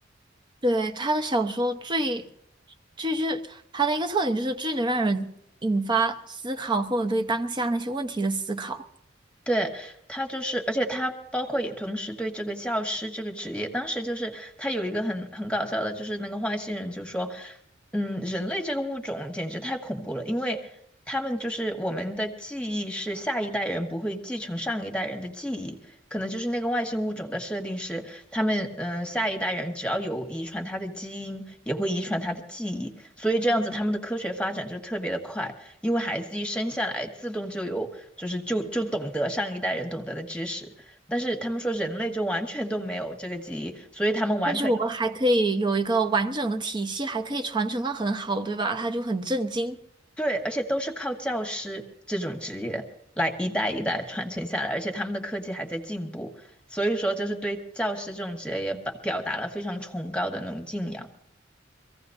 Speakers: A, on the right; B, in the centre.
A: 对，他的小说最，就是他的一个特点就是最能让人引发思考或者对当下那些问题的思考。
B: 对，他就是，而且他包括也同时对这个教师这个职业，当时就是他有一个很很搞笑的，就是那个外星人就说，嗯，人类这个物种简直太恐怖了，因为他们就是我们的记忆是下一代人不会继承上一代人的记忆，可能就是那个外星物种的设定是，他们嗯、呃下一代人只要有遗传他的基因，也会遗传他的记忆，所以这样子他们的科学发展就特别的快。因为孩子一生下来自动就有，就是就就懂得上一代人懂得的知识，但是他们说人类就完全都没有这个记忆，所以他们完全
A: 但是我们还可以有一个完整的体系，还可以传承的很好，对吧？他就很震惊，
B: 对，而且都是靠教师这种职业来一代一代传承下来，而且他们的科技还在进步，所以说就是对教师这种职业也表表达了非常崇高的那种敬仰。